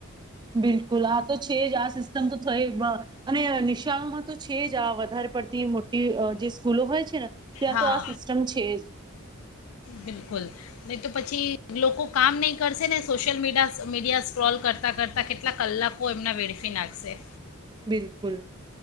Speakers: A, on the right; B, on the left.
A: બિલકુલ, આ તો છે જ આ સિ તમ તો થઈ બ અને નિશાળમાં તો છે જ આ વ ઘર પડ ની મોટી અ જે સ્કૂલો હોય છે ને ત્યાં
B: હા
A: તો આ સિસ્ટમ છે જ
B: બિલકુલ નહીં તો પછી લોકો કામ નહીં કરશે ને સોશિયલ મીડિયા મીડિયા સ્ક્રોલ કરતાં કરતાં કેટલા કલાકો એમના વેડફી નાખશે
A: બિલકુલ